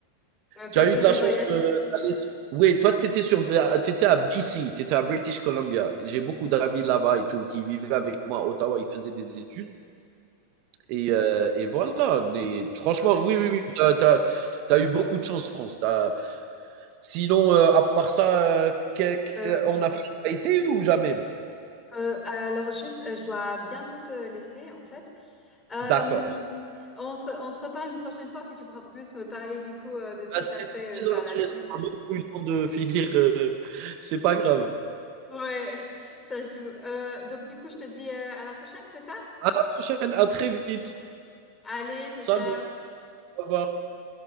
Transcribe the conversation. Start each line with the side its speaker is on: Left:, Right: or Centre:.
Left: Euh, parce
Right: Tu as eu
Left: que
Right: de
Left: j'ai
Right: la chance
Left: voyagé.
Right: euh, d'aller. s- Oui, toi, tu étais, sur... euh, t'étais à BC, tu étais à British Columbia. J'ai beaucoup d'amis là-bas et tout qui vivaient avec moi à Ottawa, ils faisaient des études. Et, euh, et voilà. Mais franchement,
Left: Ouais.
Right: oui, oui, oui, tu as, eu beaucoup de chance, France. T'as- Sinon, euh, à part ça, euh, que- que-
Left: Ouais. Euh,
Right: euh, en Afrique, tu as été ou jamais?
Left: euh, alors juste, euh, je dois bientôt te laisser en fait. Euh,
Right: D'accord.
Left: on se, on se reparle une prochaine fois, puis tu pourras plus me parler du coup euh, de ce
Right: Ben,
Left: que
Right: c'était
Left: tu as fait
Right: très
Left: euh, par
Right: intéressant.
Left: la suite.
Right: On n'a même pas eu le temps de finir. euh, C'est pas grave.
Left: Ouais, ça joue. Euh, donc du coup, je te dis euh, à la prochaine, c'est ça?
Right: À la prochaine, à très vite.
Left: Allez, ciao,
Right: Salut,
Left: ciao.
Right: au revoir.